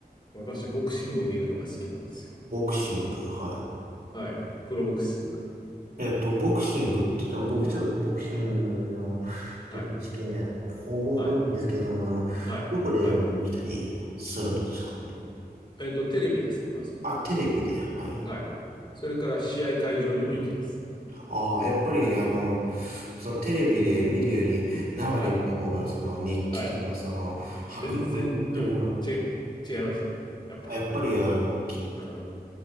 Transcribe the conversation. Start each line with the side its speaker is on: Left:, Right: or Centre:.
Left: 私、ボクシングを見るのが好きなんですよ。
Right: ボクシング、はい。
Left: はい。プロボクシング。
Right: えっと、ボクシングって、でも僕ちょっとボクシングのちょっと事件、
Left: はい、
Right: ほぼほぼないんですけれども、
Left: はい、
Right: あの、
Left: はい、
Right: どこで見たりするのですかね。
Left: はい。えっと、テレビですね、まず。
Right: あ、テレビで、はい。
Left: はい。それから試合会場にも行きます。
Right: ああ、やっぱり、あの、そのテレビで見るより生で見た方が、
Left: はい、
Right: その熱気とか、
Left: はい。
Right: その迫力ってもの、
Left: 全然、うん、違い、違いますね。やっぱり。
Right: あ、やっぱり、あの、き
Left: うん、